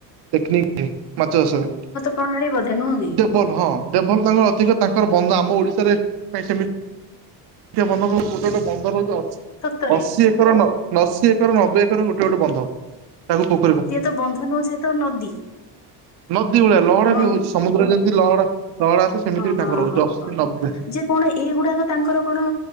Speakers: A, on the right; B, on the left.
A: ଟେକ୍ନିକ ଥିଏ ମାଛ ଚାଷରେ।
B: <unintelligible> ନୁହେଁ କି।
A: <unintelligible> <unintelligible>
B: ସତରେ
A: ଅଶୀ ଏକର ନବେ ଏକର ଗୋଟେ ଗୋଟେ ବନ୍ଧ ତାକୁ ପୋକ
B: ସିଏ ତ ବନ୍ଧ ନୁହଁ ସିଏ ତ ନଦୀ।।
A: ନଦୀ ଭଳିଆ ଲହଡା
B: ନୁହଁ
A: ବି ହଉଛି
B: କି
A: ସମୁଦ୍ର ଯେମିତି
B: ହଁ
A: ଲହଡା ଲହଡା ଆସେ ସେମିତି ବି
B: ହଁ
A: ତାଙ୍କର ହଉଛି
B: ହଁ
A: ଅଶୀ
B: ହଁ ହଁ
A: ନବେ।
B: ଯେ କଣ ଏଇଗୁଡାକ ତାଙ୍କର କଣ